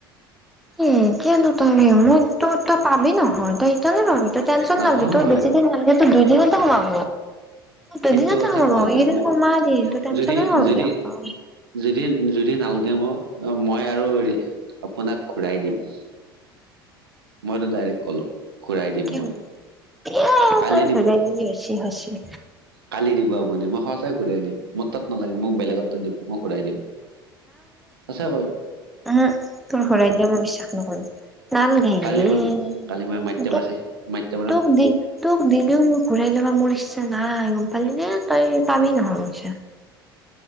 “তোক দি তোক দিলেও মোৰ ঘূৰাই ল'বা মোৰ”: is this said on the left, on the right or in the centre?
Centre